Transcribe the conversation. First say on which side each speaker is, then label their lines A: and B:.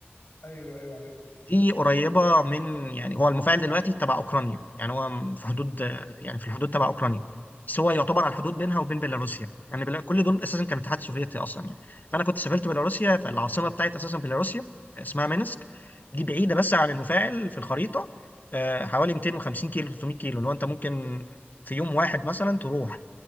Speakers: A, on the left; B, on the left.
A: ايوه ايوه عارف
B: دي قريبة من يعني هو المفاعل دلوقتي تبع اوكرانيا يعني هو في حدود آه، يعني في الحدود تبع اوكرانيا بس هو يعتبر على الحدود بينها وبين بيلاروسيا يعني بلا... كل دول اساسا كان الاتحاد السوفيتي اصلا يعني فانا كنت سافرت بيلاروسيا فالعاصمة بتاعت اساسا بيلاروسيا اسمها مينسك دي بعيدة بس عن المفاعل في الخريطة آه، حوالي 250 كيلو 300 كيلو اللي هو انت ممكن في يوم واحد مثلا تروح